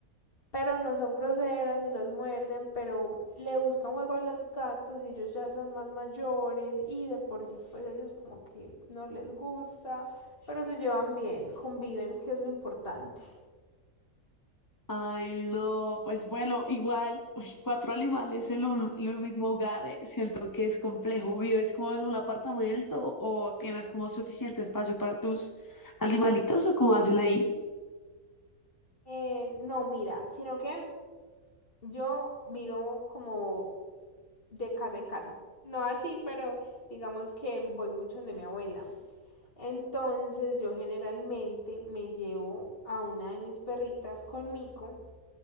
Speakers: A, on the left; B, on the left.
A: Pero no son groseras ni los muerden, pero le buscan juego a los gatos y ellos ya son más mayores y de por sí pues ellos como que no les gusta, pero se llevan bien, conviven, que es lo importante.
B: Ay, no, pues bueno, igual, uy, cuatro animales en un, en un mismo hogar, eh, siento que es complejo. ¿Vives como en un apartamento o tienes como suficiente espacio para tus animalitos o cómo hacen ahí?
A: Eh, no, mira, sino que yo vivo como de casa en casa. No así, pero digamos que voy mucho donde mi abuela. Entonces yo generalmente me llevo a una de mis perritas conmigo